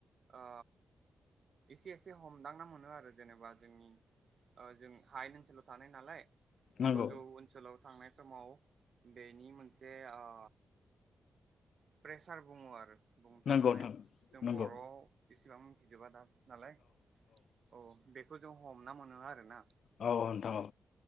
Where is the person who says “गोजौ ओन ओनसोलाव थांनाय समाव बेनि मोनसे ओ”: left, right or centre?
Right